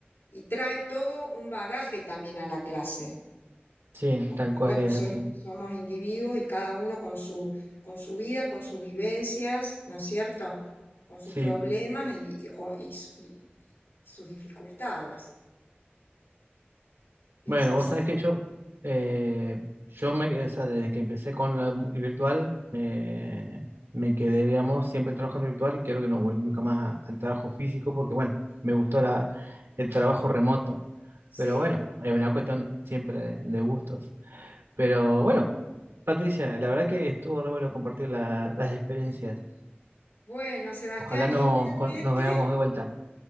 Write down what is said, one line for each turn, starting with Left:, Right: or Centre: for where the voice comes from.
Left: y trae todo un bagaje también a la clase.
Right: sí,
Left: Porque
Right: tal cual
Left: bueno,
Right: es
Left: son-
Right: así.
Left: somos individuos y cada uno con su, con su vida, con sus vivencias, ¿no es cierto? con sus
Right: Sí.
Left: problemas y, y- o- y s- y sus dificultades. Es
Right: Bueno,
Left: así.
Right: vos sabés que yo, eh, yo me, o sea, desde que empecé con la mu- virtual, me, me quedé, digamos, siempre trabajando virtual y creo que no volví nunca más a- al trabajo físico porque, bueno, me gustó la, el trabajo remoto.
Left: Sí.
Right: Pero bueno, es una cuestión siempre de, de gustos. Pero bueno, Patricia, la verdad que estuvo re bueno compartir la- las experiencias.
Left: Bueno, Sebastián,
Right: Ojalá no,
Left: igualmente,
Right: co- nos veamos de vuelta.